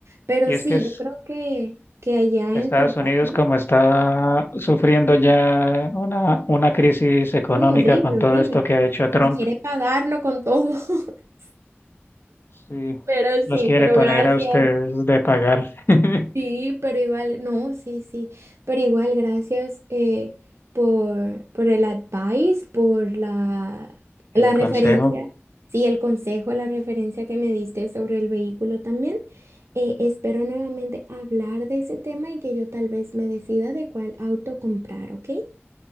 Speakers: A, on the right; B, on the left.
A: Pero
B: Y es
A: sí,
B: que es-
A: yo creo que, que allá
B: Estados
A: en tu
B: Unidos
A: país,
B: como está sufriendo ya una, una crisis económica
A: no, horrible,
B: con todo
A: horrible.
B: esto que ha hecho Trump,
A: Y quiere pagarlo con todo. <laughs>
B: sí.
A: Pero
B: los
A: sí,
B: quiere
A: pero
B: poner
A: gracias.
B: a ustedes de pagar <laughs>
A: Sí, pero igual, no, sí, sí, pero igual gracias eh, por, por el advice, por la,
B: el
A: la referencia,
B: consejo.
A: sí, el consejo, la referencia que me diste sobre el vehículo también. Eh, espero nuevamente hablar de ese tema y que yo tal vez me decida de cuál auto comprar, ¿ok?